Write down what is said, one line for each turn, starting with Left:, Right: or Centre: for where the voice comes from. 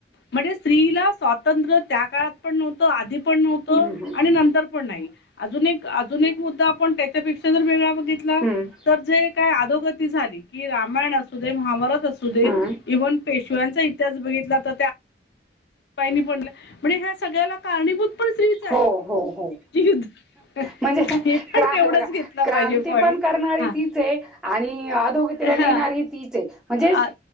Left: म्हणजे स्त्रीला स्वातंत्र्य त्या काळात पण नव्हत आधी पण नव्हत
Centre: हं हं
Left: आणि नंतर पण नाही अजून एक अजून एक मुद्दा आपण त्याच्यापेक्षा जर वेगळा बघितला
Centre: हं.
Left: तर जे काय आधोगती झाली की रामायण असू दे महाभारत असू दे
Centre: हम्म.
Left: इव्हन शिवयांचा इतिहास बघितला तर त्या पाहिनी पडलं म्हणजे ह्या सगळ्याला कारणीभूत पण स्त्रीच आहे
Centre: हो हो हो.
Left: युद्ध
Centre: म्हणजे
Left: हे
Centre: क्रा
Left: पण तेवढाच
Centre: बघा
Left: घेतला
Centre: क्रांती
Left: पाहिजे पॉईंट
Centre: पण करणारी
Left: हा
Centre: पण तिचे. आणि आ -धोगतीला नेणारी
Left: हा
Centre: तीचाय म्हणजे
Left: आ-